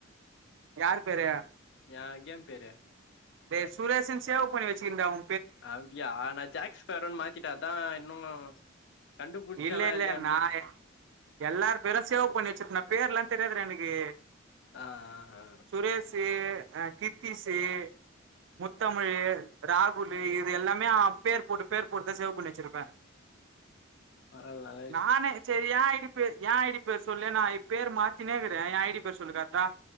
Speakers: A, on the right (about 60°); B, on the left (about 60°).
A: யாருபேரு
B: யா கேம் பேரு
A: டே சுரேஷுன் சேவ் பண்ணி வெச்சுகிர்ன்டா உ
B: அப்டியா நா ஜேக் ஸ்பேரோன் மாத்திட்டே அத்தா இன்னு கண்டுபுடிச்சானா
A: இல்ல இல்ல
B: இல்லையான்ட்டு
A: நா எ எல்லார் பேரு சேவ் பண்ணி வெச்சிர்ப்ன்டா பேர்லா என் தெரியாதுடா எனக்கு.
B: அ அ அ.
A: சுரேஷு, அ கிர்த்திஷு, முத்தமிழு ராகுலு இவ் இது எல்லாமே அ பேர் போட்டு பேர் போட்டுதா சேவ் பண்ணி வெச்சிருப்பே.
B: பரவால் நல்
A: நானே இ செரி ஏ ஐ டி பே ஏ ஐ டி பேரு சொல்லு நா இ பேரு மாத்தினேக்கறே ஏ ஐ டி பேர் சொல்லு கர்ட்டா.